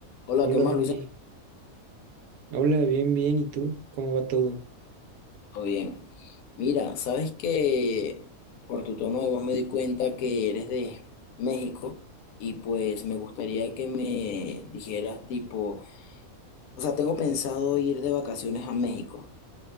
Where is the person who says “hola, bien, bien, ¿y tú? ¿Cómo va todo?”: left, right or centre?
Right